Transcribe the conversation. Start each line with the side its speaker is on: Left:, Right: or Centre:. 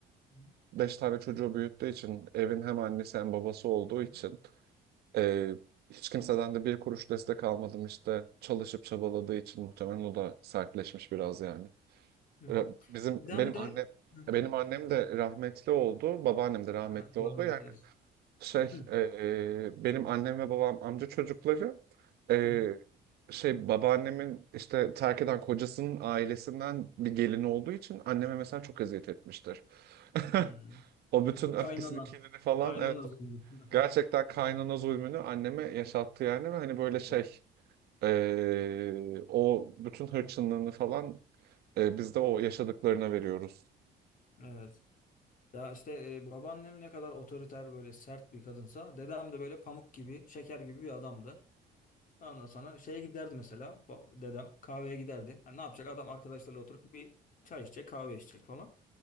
Left: Hı
Right: beş tane çocuğu büyüttüğü için evin hem annesi hem babası olduğu
Left: hı.
Right: için e, hiç kimseden de bir kuruş destek almadım işte çalışıp çabaladığı için muhtemelen o da sertleşmiş biraz yani.
Left: Hı hı.
Right: Ra- Bizim
Left: Dedem
Right: benim
Left: de
Right: annem
Left: Hı
Right: benim
Left: hı.
Right: annem de rahmetli oldu, babaannem de rahmetli
Left: Ha, Allah
Right: oldu.
Left: rahmet
Right: Yani
Left: eylesin.
Right: şey,
Left: <clears throat>
Right: e, benim annem ve babam amca çocukları e,
Left: Hı hı.
Right: şey babaannemin işte terk eden kocasının ailesinden bir gelini olduğu için anneme mesela çok eziyet etmiştir. <laughs>
Left: Hmm.
Right: O bütün öfkesini,
Left: Kaynana.
Right: kinini falan
Left: Kaynana
Right: evet
Left: zulmü. <laughs>
Right: gerçekten kaynana zulmünü anneme yaşattı yani ve hani böyle
Left: Evet.
Right: şey e, o bütün hırçınlığını falan e, biz de o yaşadıklarına veriyoruz.
Left: Evet. Ya işte e, babaannem ne kadar otoriter böyle sert bir kadınsa dedem de böyle pamuk gibi şeker gibi bir adamdı. Ondan sonra şeye giderdi mesela ba- dedem kahveye giderdi. Ha, ne yapacak adam arkadaşlarıyla oturup bir çay içecek kahve içecek falan.